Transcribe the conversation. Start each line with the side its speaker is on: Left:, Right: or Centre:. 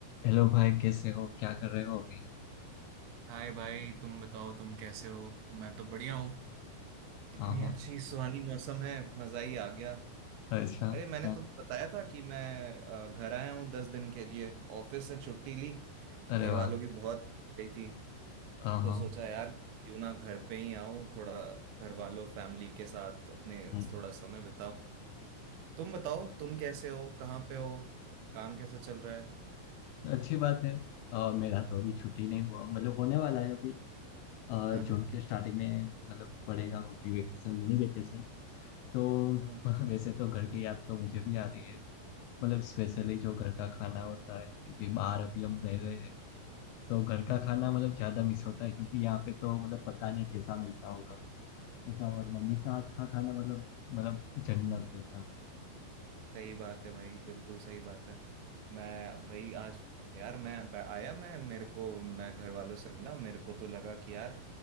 Left: Hello भाई कैसे हो क्या कर रहे हो अभी
Right: हाय भाई तुम बताओ तुम कैसे हो मैं तो बढ़िया हूँ इतनी
Left: हाँ हाँ
Right: अच्छी सुहानी मौसम है मजा ही आ गया
Left: अच्छा
Right: अरे मैंने
Left: हाँ,
Right: तुम्हें बताया था कि मैं अ, घर आया हूँ दस दिन के लिए ऑफिस से छुट्टी ली
Left: अरे
Right: घर
Left: वाह
Right: वालों की बहुत याद गई थी
Left: हाँ
Right: तो
Left: हाँ
Right: सोचा यार क्यों ना घर पे ही आऊँ थोड़ा घर वालों फैमिली के साथ अपने
Left: हम्म।
Right: थोड़ा समय बिताऊं तुम बताओ तुम कैसे हो कहाँ पे हो काम कैसा चल रहा है
Left: अच्छी बात है आ, मेरा तो अभी छुट्टी नहीं हुआ मतलब होने वाला है अभी आ,
Right: <laughs>
Left: जून
Right: हाँ
Left: के स्टार्टिंग में मतलब पड़ेगा वो भी वेकेशन मिनी वेकेशन तो
Right: हाँ
Left: <laughs> वैसे तो घर की याद तो मुझे भी आ रही है मतलब स्पेशली जो घर का खाना होता है क्योंकि बाहर अभी हम रह रहे हैं तो घर का खाना
Right: हाँ
Left: मतलब ज़्यादा मिस होता है क्योंकि यहाँ पे तो मतलब पता नहीं कैसा मिलता होगा ऐसा और मम्मी का हाथ का खाना मतलब मतलब जन्नत ऐसा
Right: सही बात है भाई बिल्कुल सही बात है मैं वही आज यार मैं ब- आया मैं मेरे को मैं घर वालों से मिला मेरे को तो लगा कि यार